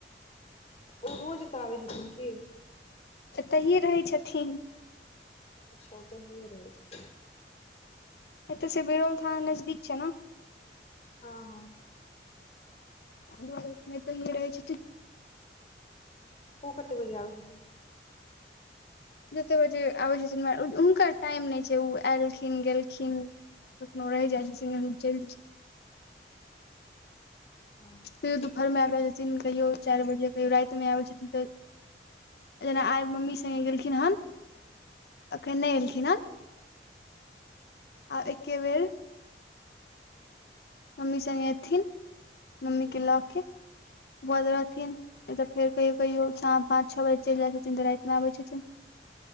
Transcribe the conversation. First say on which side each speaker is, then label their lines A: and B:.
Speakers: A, on the left; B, on the left.
A: ओ रोज एतऽ आबै छथिन क
B: तहिये रहै छथि
A: अचछा ओ तऽ ही रहै छ
B: ए तऽ से बिरोल थाना नजदीक छै न
A: हँ ह
B: बौआ लोक में तइयो रहे छथि
A: ओ कते बजे आ छै स
B: जतेक बजे आबै छथिन हुनकर टाइम नहि छै ओ एयलखिन गेलखि ब नोैे जा स च
A: हुं
B: कहियो दुपहरमे आबै छथिन कहियो चारि बजे कहियो रातिमे आबै छथिन त जेना आइ मम्मी संगे गेलखिन हन एखनी नै एलखिन हँ आ एके बेर मम्मी सङ्गे एथिन
A: हुं
B: मम्मी के लऽ के भ रहथिन ए तऽ फेर कहियो कहियो पाँच छह बजे चल जाइ छथिन तऽ रात मे आबै छथिन